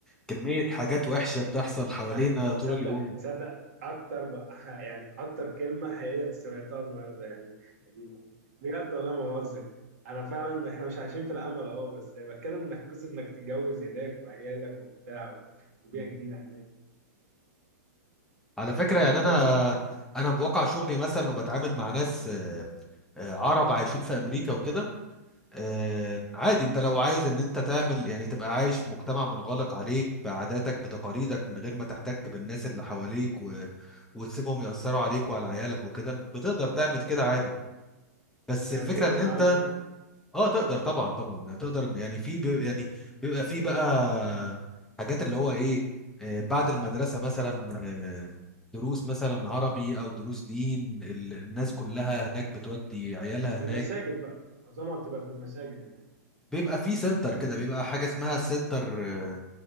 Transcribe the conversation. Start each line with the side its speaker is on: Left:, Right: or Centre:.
Centre: كمية حاجات وحشة بتحصل
Right: <laughs>
Centre: حوالينا
Right: يا أخي،
Centre: طول
Right: تصدق
Centre: اليوم
Right: تصدق اكتر بقى <laughs> يعني اكتر كلمة حقيقية سمعتها النهاردة يعني يا دين امي بجد والله ما بهزر انا فعلا <laughs> احنا مش عايشين في الامل اه بس بتكلم انك قصة انك تتجوز هناك وعيالك وبتاع و- وبيئة
Centre: مم.
Right: جديدة هناك
Centre: على فكرة يعني
Right: بس بجد
Centre: انا انا بواقع شغلي مثلا وبتعامل مع ناس آه، آه، عرب عايشين في امريكا وكده آه، عادي انت لو عايز ان انت تعمل يعني تبقى عايش في مجتمع منغلق عليك بعاداتك بتقاليدك من غير ما تحتك بالناس اللي حواليك و... وتسيبهم يأثروا عليك وعلى عيالك وكده بتقدر تعمل كده عادي بس
Right: يعني
Centre: الفكرة
Right: تقدر
Centre: ان
Right: تتعلم
Centre: انت اه تقدر طبعا طبعا تقدر يعني في بي... يعني بيبقى في بقى حاجات اللي هو ايه آه، بعد المدرسة مثلا آه، دروس مثلا عربي او دروس دين ال- الناس كلها هناك بتودي عيالها
Right: في
Centre: هناك
Right: المساجد بقى معظمها بتبقى في المساجد هناك
Centre: بيبقى في سنتر كده بيبقى حاجة اسمها السنتر آه،